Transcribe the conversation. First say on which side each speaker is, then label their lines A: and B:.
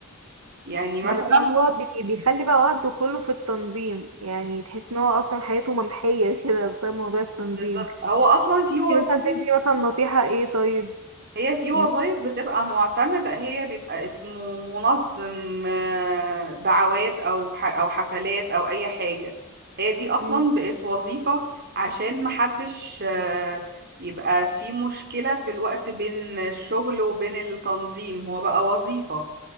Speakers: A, on the right; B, on the right.
A: يعني مثلا
B: ما انا فاهمة هو بي- بيخلي بقى وقته كله في التنظيم يعني تحس ان هو اصلا حياته ممحية <laughs> كده بسبب موضوع التنظيم
A: بالظبط هو اصلا في
B: انتي
A: وظائف
B: مثلا تدي مثلا نصيحة ايه طيب
A: هي في
B: م-
A: وظائف بتبقى معتمدة هي بيبقى اسمه منظم آه، دعوات أو ح- أو حفلات أو أي حاجة هي دي أصلا
B: م-
A: بقت وظيفة عشان محدش آه، يبقى في مشكلة في الوقت بين الشغل وبين التنظيم هو بقى وظيفة